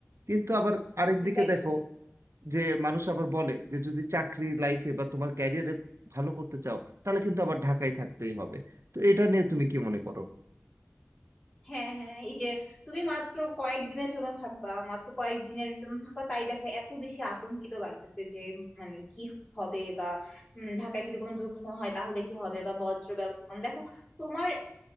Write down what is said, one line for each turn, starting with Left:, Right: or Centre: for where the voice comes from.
Right: কিন্তু আবার আরেক দিকে
Left: দেখ
Right: দেখো যে মানুষ আবার বলে যে যদি চাকরি লাইফে বা তোমার ক্যারিয়ারে ভালো করতে চাও তাহলে কিন্তু আবার ঢাকায় থাকতেই হবে তো এটা নিয়ে তুমি কি মনে করো
Left: হ্যাঁ হ্যাঁ এই যে তুমি মাত্র কয়েকদিনের জন্য থাকবা মাত্র কয়েকদিনের জন্য থাকবা তাই দেখো এত বেশি আতঙ্কিত লাগতেছে যে মানে কি হবে বা উম, ঢাকায় যদি কোনো দুর্ঘটনা হয় তাহলে কি হবে বা বজ্র ব্যবস্থাপনা দেখো তোমার